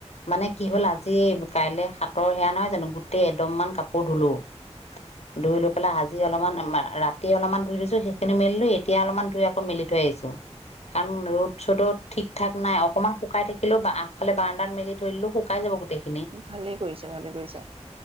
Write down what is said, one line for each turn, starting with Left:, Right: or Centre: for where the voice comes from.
Left: মানে কি হ'ল আজি, কাইলে সাতৰ সেয়া নহয় জানো, গোটেই এদম মান কাপোৰ ধুলো। <unintelligible> ধুই লৈ পেলাই, আজি অলপমান, মা- ৰাতি অলপমান ধুই থৈছো সেইখিনি মেলিলো, এতিয়া অলপমান ধুই আকৌ মেলি থৈ আহিছো। কাৰণ ৰ'দ-চ'ডত ঠিক থাক নাই, অকমান শুকাই থাকিলে বা আগফালে বাৰাণ্ডাত মেলি থৈ দিলেও শুকাই যাব গোটেই
Right: ভালেই কৰিছা, ভালে কৰিছা।